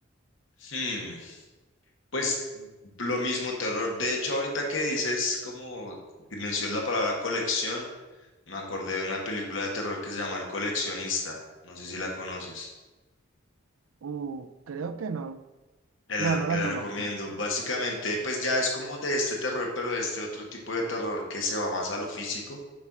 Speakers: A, on the left (about 65°); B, on the right (about 80°).
A: Hmm, Pues lo mismo, terror. De hecho, ahorita que dices, como mencionas la palabra colección, me acordé de una película de terror que se llama El coleccionista. No sé si la conoces.
B: Uh, creo que no.
A: Te
B: No,
A: la,
B: no
A: te
B: la
A: la
B: conozco.
A: recomiendo. Básicamente, pues ya es como de este terror, pero de este otro tipo de terror que se va más a lo físico